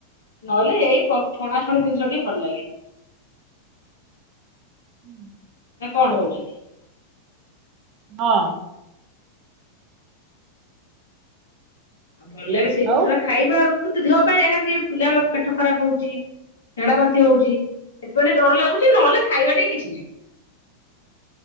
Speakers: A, on the left (about 65°); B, on the right (about 35°).
A: ନହେଲେ ଏଇ ଛଣାଛଣି ଜିନିଷଟି ଭଲ ଲାଗେ।
B: ହୁଁ
A: ନା କଣ ହଉଛନ୍ତି।
B: ହଁ।
A: ଭଲ ଲାଗେ ସେଇ ଜିନିଷ
B: ଆଉ
A: ଖାଇବା ଆଉ କିନ୍ତୁ ଦେହ ପାଇଁ ଏ ପିଲାର ପେଟ ଖରାପ ହଉଛି। ଝାଡା ବାନ୍ତି ହଉଛି ସେଥିପାଇଁ ଟିକେ ଡର ଲାଗୁଛି ନହେଲେ ଖାଇବା ଟିକ କିଛି ନାହିଁ।